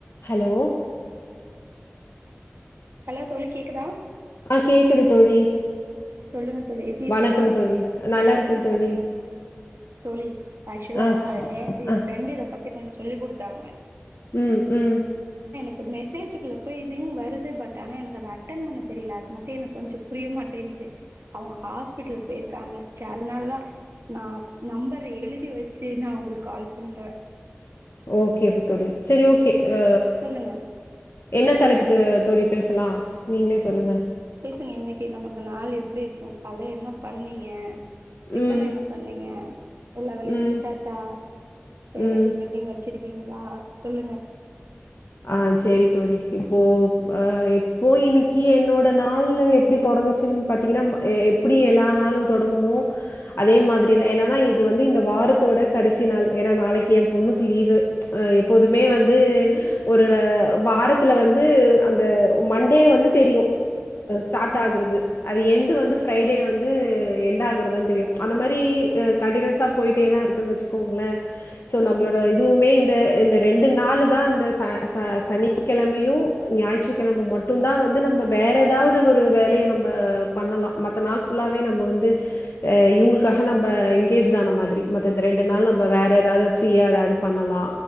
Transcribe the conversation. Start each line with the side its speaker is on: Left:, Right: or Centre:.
Left: Hello
Right: hello தோழி கேக்குதா
Left: ஆ கேக்குது தோழி
Right: சொல்லுங்க தோழி எப்டி இருக்கீங்க
Left: வணக்கம் தோழி. நல்லா
Right: <unintelligible>
Left: இருக்கேன் தோழி.
Right: தோழி ஆக்சுவலா
Left: ஆ சொ
Right: நேத்து
Left: ஆ
Right: என் ஃப்ரெண்டு இத பத் பத்தி கொஞ் சொல்லி குடுத்தாங்க
Left: ம் ம்
Right: இப்போ மெசேஜுக்குள்ள போய் ரிங் வருது பட் ஆனா எனக்கு அத அட்டன் பண்ண தெரில அது மட்டு எனக்கு கொஞ்சோ புரியமாட்டேங்கிது அவங்க ஹாஸ்பிட்டல் பேயிருக்காங்க ச அதுனாலதா நா நம்பர் எழுதி வச்சு நா உங்களுக் கால் பண்றே
Left: ஓகே தோழி சொி ஓகே
Right: ஆ
Left: அ
Right: சொல்லுங்க
Left: என்ன தலைப்பு து தோழி பேசலா நீங்ளே சொல்லுங்க
Right: பேசுங்க இன்னக்கி நமக்கு நாள் எப்டி இருக்கு காலே என்ன பண்ணீங்க டிஃபன்
Left: ம்,
Right: என்ன பண்ணீங்க எல்லா வேலயும்
Left: ம்,
Right: முடுச்சாச்சா வேல
Left: ம்.
Right: எதுவும் பெண்டிங் வச்சிருக்கீங் லா சொல்லுங்க
Left: ஆ சேரி தோழி இப்போ அ இப்போ இன்னக்கி என்னோட நாள் எப்டி தொடங்குச்சுன்னு பாத்தீங்கன்னா எப்டி எல்லா நாளு தொடங்குமோ அதே மாதிரிதா என்னானா இது வந்து இந்த வாரத்தோட கடசி நாள் ஏன்னா நாளக்கி எ பொண்ணுக்கு லீவு ச் அ எப்போதுமே
Right: அப்டிங்களா
Left: வந்து அ வாரத்துல வந்து அந்த மண்டே வந்து தெரியு அது ஸ்டார்ட்
Right: ம்
Left: ஆகுறது அது எண்டு வந்து ஃப்ரைடே வந்து எண்ட் ஆகுறதுதா தெரியும் ச் அந்த மாரி கண்டினியூஸா போய்ட்டே தா இருக்குனு வச்சுக்கோங்ளே சோ
Right: சொல்லுங்க
Left: நம்ளோட
Right: தோழி
Left: இதுவுமே இந்த இந்த ரெண்டு நாளு தா அந்த ச ச சனிக்கெழமயு ஞாயிற்றுக்கிழம மட்டு தா வந்து நம்ம வேற ஏதாவது ஒரு வேலய நம்ப பண்ணலா மத்த நாள் ஃபுல்லாவே நம்ம வந்து அ இவுங்களுக்காக நம்ப என்கேஜ்டான மாதிரி மத்த இந்த ரெண்டு நாள் நம்ம வேற ஏதாவது ஃப்ரீயா ஏதாவது பண்ணலா